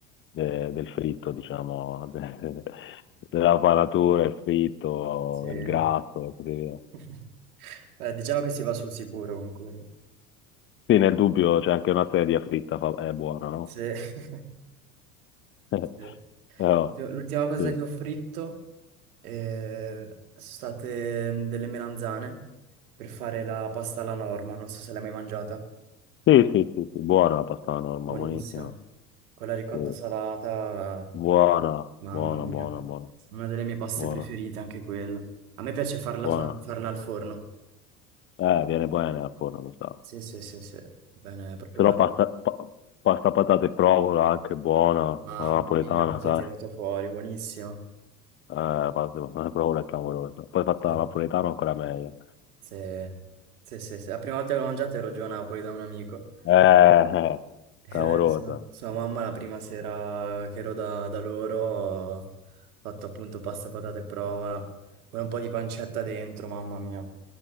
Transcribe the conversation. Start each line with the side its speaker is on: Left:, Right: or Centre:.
Left: de- del fritto, diciamo, <laughs> de- della panatura, il fritto,
Right: Sì.
Left: il grasso e così via.
Right: <laughs> Eh, diciamo che si va sul sicuro comunque.
Left: Sì, nel dubbio c'è anche una sedia fritta, fa- è buona, no?
Right: Sì. <laughs>
Left: <laughs>
Right: Sì.
Left: Però,
Right: L'ultima l'ultima cosa
Left: sì.
Right: che ho fritto. eh, sono state mm, delle melanzane per fare la pasta alla norma, non so se l'hai mai mangiata.
Left: Sì, sì, sì, sì, buona la pasta alla norma,
Right: Buonissima.
Left: buonissima.
Right: Con la ricotta
Left: Sì.
Right: salata,
Left: Buona,
Right: mamma
Left: buona,
Right: mia.
Left: buona, buona,
Right: Una delle mie paste
Left: buona,
Right: preferite anche quella. A me piace farla,
Left: buona.
Right: fa- farla al forno.
Left: Eh, viene bene al forno, mi sa.
Right: Sì, sì, sì, sì. Bene, è proprio
Left: Però
Right: bello.
Left: pasta, pa- pasta patate e provola anche buona,
Right: Mamma
Left: la napoletana,
Right: mia, cosa
Left: sai?
Right: hai tirato fuori, buonissimo.
Left: Eh, pasta <laughs> patate e provola è clamorosa. Poi fatta
Right: Sì,
Left: la napoletana ancora meglio.
Right: sì, sì, sì, sì. La prima volta che l'ho mangiata ero giù a Napoli da un amico.
Left: Eh, eh,
Right: Eh,
Left: clamorosa.
Right: sua, sua mamma la prima sera che ero da, da loro ha fatto appunto pasta, patate e prova, con un po' di pancetta dentro, mamma mia.